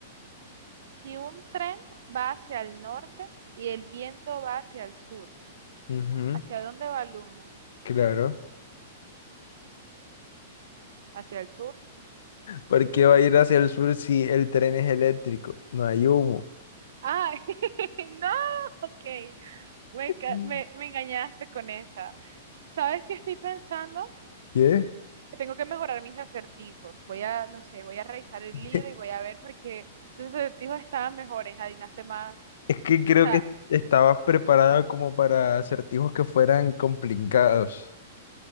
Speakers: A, on the right (about 75°); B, on the left (about 75°).
A: Si un tren va hacia el norte y el viento va hacia el sur,
B: Ujú,
A: ¿hacia dónde va el humo?
B: claro.
A: ¿Hacia el sur?
B: ¿Por qué va a ir hacia el sur si el tren es eléctrico? No hay humo.
A: ¡Ay! <laughs> ¡No! Ok, me, ca-
B: Mm.
A: me, me engañaste con esa. ¿Sabes qué estoy pensando?
B: ¿Qué?
A: Que tengo que mejorar mis acertijos. Voy a, no sé, voy a revisar el
B: <laughs>
A: libro y voy a ver porque tus acertijos estaban mejores, adivinaste más.
B: Es que creo
A: O sea,
B: que estabas preparada como para acertijos que fueran complicados.